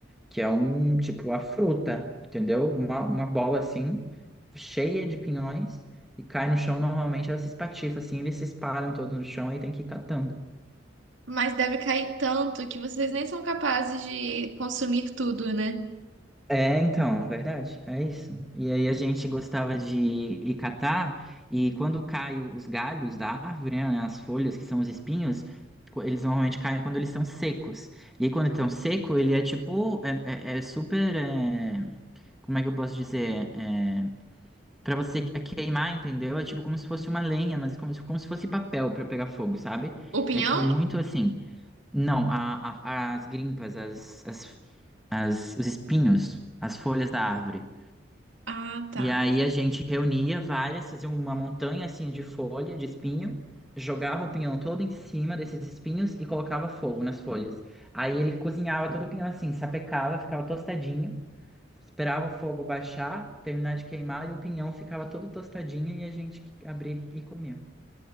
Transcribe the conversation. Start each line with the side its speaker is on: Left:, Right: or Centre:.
Centre: que é um tipo a fruta, entendeu? Uma, uma bola assim, cheia de pinhões, e cai no chão, normalmente ela se espatifa assim, eles se espalham todos no chão e tem que ir catando.
Right: Mas deve cair tanto que vocês nem são capazes de consumir tudo, né?
Centre: É, então, verdade, é isso. E aí a gente gostava de ir catar, e quando caem os galhos da árvore, né, né, as folhas, que são os espinhos, co- eles normalmente caem quando eles estão secos. E aí quando estão seco, ele é tipo, é, é- é super, é, como é que eu posso dizer? É, Pra você que- é queimar, entendeu? É tipo como se fosse uma lenha, mas como se, como se fosse papel pra pegar fogo, sabe?
Right: O pinhão?
Centre: É tipo muito assim. Não, a- a- as grimpas, as, as- as- os espinhos, as folhas da árvore.
Right: Ah, tá.
Centre: E aí a gente reunia várias, fazia uma montanha assim de folha, de espinho, jogava o pinhão todo em cima desses espinhos e colocava fogo nas folhas. Aí ele cozinhava todo o pinhão assim, sapecava, ficava tostadinho. Esperava o fogo baixar, terminar de queimar e o pinhão ficava todo tostadinho e a gente abria e comia.